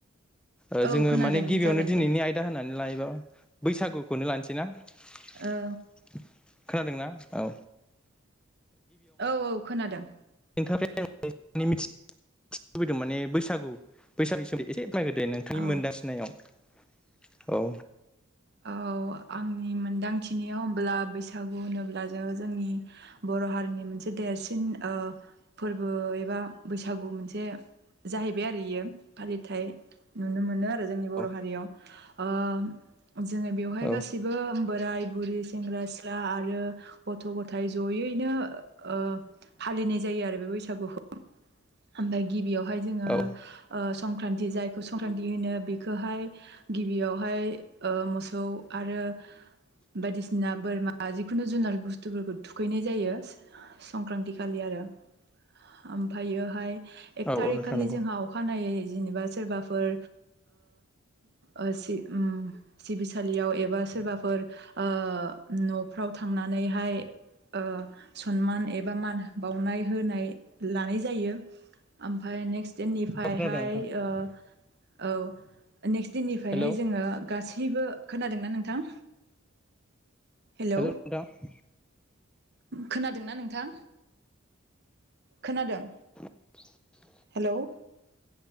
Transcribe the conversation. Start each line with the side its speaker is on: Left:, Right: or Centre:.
Centre: ओ
Right: औ
Centre: जोङो
Right: खोनादों
Centre: माने गिबियावनो
Right: जागोन
Centre: दिनैनि
Right: दे
Centre: आयदा होनानै लायोबा बैसागु खौनो लानोसै ना खोनादोंना
Right: औ
Centre: औ
Right: औ औ खोनादों।
Centre: नोंथांफ्राय <inaudible> आं माने मिथि <inaudible> लुबैदों माने बैसागु बैसागुनि सोमोन्दै एसे फोरमायदो दे नोंथांनि
Right: औ
Centre: मोनदांथिनायाव औ
Right: औ आंनि मोनदांथिनियाव होमब्ला बैसागु होनोब्ला जोङो जोंनि ब बर' हारिनि मोनसे देरसिन ओ फोरबो एबा बैसागु मोनसे जाहैबाय आरो इयो फालिथाय नुनो मोनो जोंनि बर'
Centre: औ
Right: हारियाव ओ जोङो बेवहाय
Centre: औ
Right: गासिबो बोराय बुरि सेंग्रा सिख्ला आरो गथ' गथाइ जयैनो ओ फालिनाय जायो आरो बे बैसागुखौ ओमफ्राय गिबियावहाय जोङो
Centre: औ
Right: ओ सं क्रान्ति जायखौ संक्रान्ति होनो बेखौहाय गिबियावहाय ओ मोसौ आरो बायदिसिना बोरमा जिखुनु जुनार बुस्थुफोरखौ थुखैनाय जायो संक्रान्ति खालि आरो ओमफ्रायोहाय एक
Centre: औ
Right: थारिक
Centre: नोंथां
Right: खालि
Centre: नंगौ
Right: जोंहा अखानायै जेनोबा सोरबाफोर ओ सि उम सिबिसालियाव एबा सोरबाफोर ओ न'फ्राव थांनानैहाय ओ सनमान एबा मान बावनाय होनाय लानाय जायो ओमफ्राय नेक्स्ट दिन निफ्रायहाय
Centre: खोनादों नोंथां
Right: ओ औ नेक्स्ट देननिफ्रायहाय
Centre: हेलौ
Right: जोङो गासै खोनादोंना नोंथां? हेलौ
Centre: हेल' नोंथां
Right: खोनादोंना नोंथां? खोनादों?
Centre: <unintelligible>
Right: हेल'